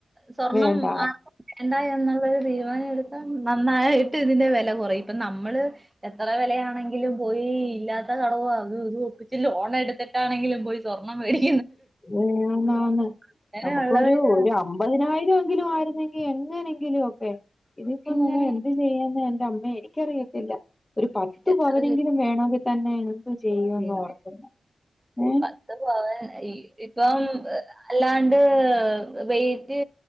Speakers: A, on the right; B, on the left.
A: സ്വർണ്ണം
B: വേണ്ട
A: ആർക്കും വേണ്ട എന്നത് ന്നത് തീ നന്നായിട്ട് ഇതിന്റെ വി കൊറയും ഇപ്പം നമ്മള് എത്ര വിലയാണെങ്കിലും പോയി ഇല്ലാത്ത കടം ആ അത് ഇത് ഒപ്പിച്ചിട്ട് ലോൺ എടുത്തിട്ട് ആണെങ്കിലും പോയി സ്വർണ്ണം മേടിക്കും
B: <unintelligible>
A: അങ്ങനെ
B: നമുക്കൊരു
A: ഉള്ളവര്
B: ഒരു അമ്പതിനായിരം എങ്കിലും ആയിരുന്നെങ്കി എങ്ങനെങ്കിലും ഇതിപ്പോ
A: പിന്നെ
B: നമ്മൾ എന്ത് ചെയ്യാനാ എന്റെ അമ്മേ എനിക്കറിയത്തില്ല ഒരു പത്തു
A: എത്ര
B: പവനെങ്കിലും വേണമെങ്കിൽ തന്നെയാണ് ചെയ്യാന്ന്
A: പിന്നെ
B: ഓർക്കുന്നു ഹേ
A: പത്ത് പവൻ ഇപ്പം അല്ലാണ്ട് വെയ്റ്റ്